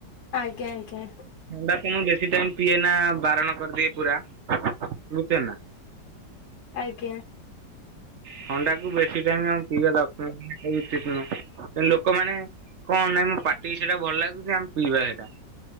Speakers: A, on the left; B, on the right.
A: ଆଜ୍ଞା ଆଜ୍ଞା।
B: ଥଣ୍ଡା ତ ବେଶୀ ଟାଇମ ପିଏନା ବାରଣ କରିଦିଏ ପୁରା ବୁଝୁଚନ୍ତିନା।
A: ଆଜ୍ଞା।
B: ଥଣ୍ଡାକୁ ବେଶୀ ଟାଇମ ଆମେ ପିଇବା ଦରକାର <unintelligible> ଉଚିତ ନୁହଁ ତେଣୁ ଲୋକମାନେ କଣ ନାଇଁ ମୋ ପାଟିକି ସେଇଟା ଭଲ ଲାଗୁଛି ଆମେ ପିଇବା ହେଟା।